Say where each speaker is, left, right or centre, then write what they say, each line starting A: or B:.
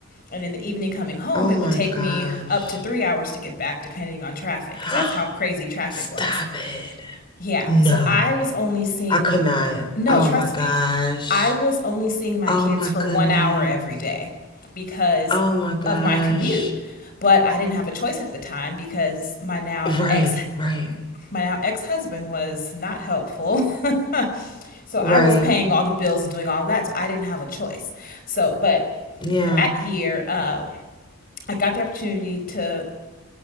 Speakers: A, on the left; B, on the left.
A: And in the evening, coming home,
B: Oh
A: it
B: my
A: would take
B: gosh.
A: me up to three hours to get back, depending on traffic,
B: <gasps>
A: because that's how crazy traffic
B: Stop
A: was.
B: it.
A: Yeah.
B: No.
A: So I was only seeing,
B: I could not.
A: no,
B: Oh
A: trust
B: my gosh.
A: me, I was only seeing my
B: Oh
A: kids
B: my
A: for
B: goodness.
A: one hour every day because
B: Oh my gosh.
A: of my commute. But I didn't have a choice at the time because my now
B: Right,
A: ex
B: right,
A: my now ex-husband was not helpful <laughs> So I
B: right.
A: was paying all the bills and doing all of that. So I didn't have a choice. So, but
B: Yeah.
A: that year, uh, I got the opportunity to